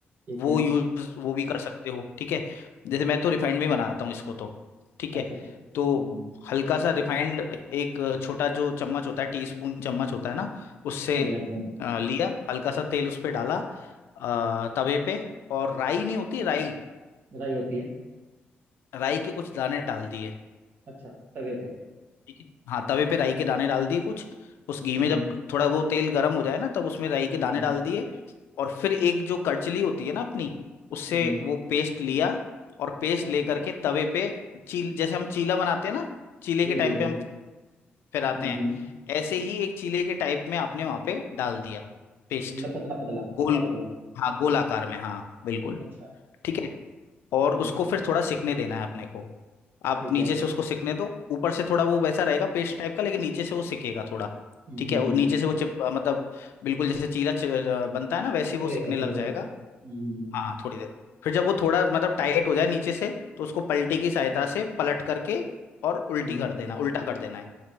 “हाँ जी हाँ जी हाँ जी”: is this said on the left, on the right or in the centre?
Right